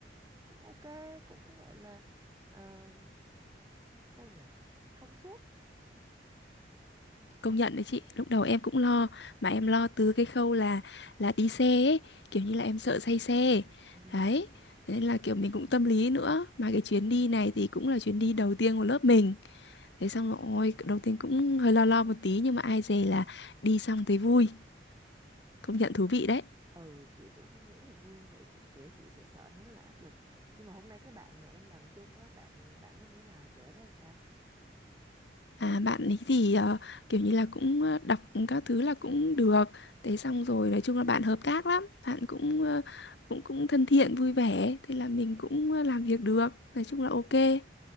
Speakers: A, on the right; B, on the left.
A: cũng ok cũng gọi là ờ, sao nhỉ thông suốt
B: Công nhận đấy chị, lúc đầu em cũng lo mà em lo từ cái khâu là là đi xe ấy, kiểu
A: ừ.
B: như là em sợ say xe.
A: Ừ.
B: Đấy, thế nên là kiểu mình cũng tâm lý nữa. Mà cái chuyến đi này thì cũng là chuyến đi đầu tiên của lớp mình. Thế xong rồi, ôi, đầu tiên cũng hơi lo lo một tí nhưng mà ai dè là đi xong thấy vui, công nhận thú vị đấy.
A: ừ chị cũng không nghĩ là vui như vậy chị kiểu chị sẽ sợ nó rất là áp lực nhưng mà hôm nay cái bạn mà em làm chung á bạn bạn nó như thế nào trẻ đó là sao
B: À, bạn ấy thì ờ, kiểu như là cũng ờ, đọc các thứ là cũng được. Thế
A: Ừ.
B: xong rồi nói chung là bạn hợp tác lắm, bạn cũng ờ, cũng cũng thân thiện vui vẻ, thế là mình cũng ờ, làm việc được. Nói chung là ok.